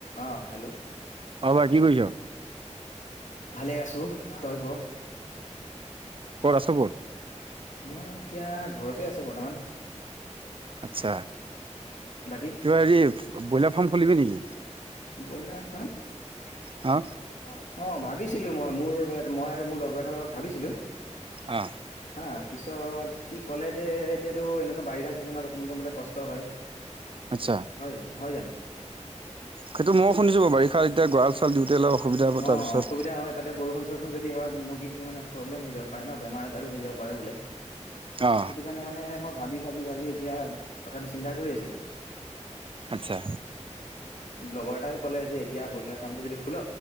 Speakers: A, on the left; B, on the right.
A: অ hello.
B: অ ভাই কি কৰিছ
A: ভালে আছো। তই ক?
B: ক'ত আছ ক'ত
A: মই এতিয়া ঘৰতে আছো। বৰ্তমান,
B: আচ্ছা
A: বাকী?
B: কিবা হেৰি ব্ৰইলাৰ ফাৰ্ম খুলিবি নেকি
A: ব্ৰইলাৰ ফাৰ্ম? অ
B: হা
A: ভাত ভাবিছিলো মই, মোৰ মই আৰু মোৰ লগৰ এটাৰ লগত ভাবিছিলো।
B: অ।
A: হা পিছত সি ক'লে যে এতিয়াতো এনেকুৱা বাৰিষা চিজনত অকণ বোলে কষ্ট হয়।
B: আটচা।
A: হয় জানো হয় জানো
B: সেইটো ময়ো শুনিছো বাৰু বাৰিষাত এতিয়া গঁৰাল-চৰাল দিওঁতে অলপ। অসুবিধা হ'ব
A: অ'
B: তাৰপিছত
A: অসুবিধা হয়, তাতে বৰষুণ-চৰষুণ যদি হয় মুৰ্গীখিনি মানে প্ৰব্লেম হৈ যাব পাৰে ন? বেমাৰ-আজাৰো হৈ যাব। বাৰে বোলে,
B: অ
A: সেইটো কাৰণে মানে মই ভাবি ভাবি ভাবি এতিয়া কথাটো চিন্তা কৰি আছিলোঁ।
B: আটচ্ছা।
A: লগৰ এটাইও কলে যে এতিয়া ব্ৰইলাৰ ফাৰ্মটো যদি খোল।